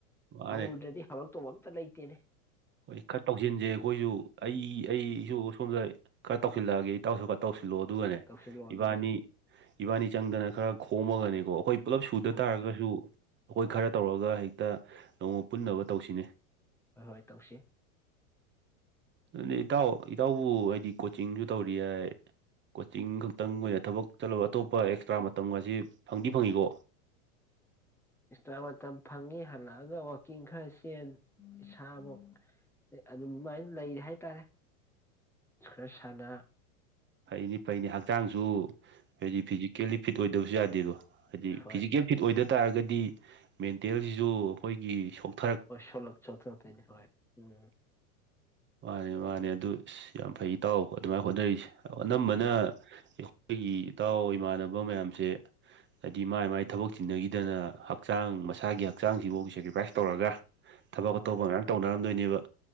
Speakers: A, on the right; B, in the centre.
A: ꯃꯥꯅꯦ
B: ꯁ ꯍꯧꯔꯨꯗꯔꯗꯤ ꯍꯧꯔꯛꯇꯧꯑꯝ ꯆꯂꯩꯇꯦꯅꯦ
A: ꯍꯣꯏ ꯈꯥ ꯇꯧꯁꯤꯟꯖꯦ ꯑꯩꯈꯣꯏꯖꯨ ꯑꯩ ꯑꯩ ꯁꯨ ꯁꯣꯝꯗ ꯑꯩ ꯈꯔ ꯇꯧꯁꯤꯜꯂꯛꯑꯒꯦ ꯏꯇꯥꯎꯁꯨ ꯈꯥ ꯇꯧꯁꯤꯜꯂꯣ ꯑꯗꯨꯒꯅꯦ
B: ꯍꯣꯏ ꯇꯧꯁꯤꯜꯂꯣ ꯑꯗꯨꯒ
A: ꯏꯕꯥꯅꯤ ꯏꯕꯥꯅꯤ ꯆꯪꯗꯅ ꯈꯔ ꯈꯣꯝꯃꯒꯅꯦ ꯑꯣ ꯑꯈꯣꯏ ꯄꯨꯜꯂꯞ ꯁꯨꯗ
B: ꯀꯨꯝꯃꯒ
A: ꯇꯥꯔꯒꯁꯨ ꯑꯩꯈꯣꯏ
B: ꯍꯣꯏ
A: ꯈꯔ ꯇꯧꯔꯒ ꯍꯩ ꯇ ꯅꯣꯡꯃ ꯄꯨꯟꯅꯕ ꯇꯧꯁꯤꯅꯦ
B: ꯍꯣꯏ ꯇꯧꯁꯤ
A: ꯑꯗꯨꯗꯤ ꯏꯇꯥꯎ ꯏꯇꯥꯎꯕꯨ ꯍꯥꯏꯗꯤ ꯀꯣꯆꯤꯡꯖꯨ ꯇꯧꯔꯤ ꯍꯥꯏ ꯀꯣꯆꯤꯡ ꯈꯛꯇꯪ ꯑꯣꯏꯅ ꯊꯕꯛ ꯆꯠꯂꯕ ꯑꯇꯣꯞꯄ ꯑꯦꯛꯁꯇ꯭ꯔꯥ ꯃꯇꯝꯒꯁꯤ ꯐꯪꯗꯤ ꯐꯪꯉꯤꯀꯣ
B: ꯑꯦꯛꯁꯇ꯭ꯔꯥ ꯃꯇꯝ ꯐꯪꯉꯤ ꯍꯜꯂꯛꯑꯒ ꯋꯥꯛꯀꯤꯡ ꯈꯔ ꯆꯦꯟ ꯏꯁꯥꯃꯛ ꯑꯗꯨꯃꯥꯏꯅ ꯂꯩ ꯍꯥꯏꯇꯥꯔꯦ ꯈꯔ ꯁꯥꯟꯅ
A: ꯐꯩꯅꯤ ꯐꯩꯅꯤ ꯍꯛꯆꯥꯡꯁꯨ ꯍꯥꯏꯗꯤ ꯐꯤꯖꯤꯀꯦꯜꯂꯤ ꯐꯤꯠ ꯑꯣꯏꯗꯕꯁꯨ ꯌꯥꯗꯦꯗꯣ ꯍꯥꯏꯗꯤ
B: ꯍꯣꯏ
A: ꯐꯤꯖꯤꯀꯦꯜ ꯐꯤꯠ ꯑꯣꯏꯗ ꯇꯥꯔꯒꯗꯤ ꯃꯦꯟꯇꯦꯜꯁꯤꯁꯨ ꯑꯩꯈꯣꯏꯒꯤ ꯁ
B: ꯍ ꯁꯂꯣꯛ ꯆꯠꯇꯔꯊꯔꯤ ꯍ ꯎꯝ
A: ꯃꯥꯅꯦ ꯃꯥꯅꯦ ꯑꯗꯨ ꯌꯥꯝ ꯐꯩ ꯇꯥꯎ ꯑꯗꯨꯃꯥꯏꯅ ꯍꯣꯠꯅꯔꯤꯁꯦ ꯅ ꯃꯅ ꯑꯩꯈꯣꯏꯒꯤ ꯏꯇꯥꯎ ꯏꯃꯥꯟꯅꯕ ꯃꯌꯥꯝꯁꯦ ꯍꯥꯏꯗꯤ ꯃꯥꯏ ꯃꯥꯏ ꯊꯕꯛ ꯆꯤꯟꯅꯈꯤꯗꯅ ꯍꯛꯆꯥꯡ ꯃꯁꯥꯒꯤ ꯍꯛꯆꯥꯡꯁꯤꯐꯥꯎꯒꯤ ꯁꯦꯀ꯭ꯔꯤꯐꯥꯏꯁ ꯇꯧꯔꯒ ꯊꯕꯛ
B: ꯍꯣꯏ
A: ꯑ ꯇꯧꯕ ꯃꯌꯥꯝ ꯇꯧꯅꯔꯝꯗꯣꯏꯅꯤ ꯅꯦꯕ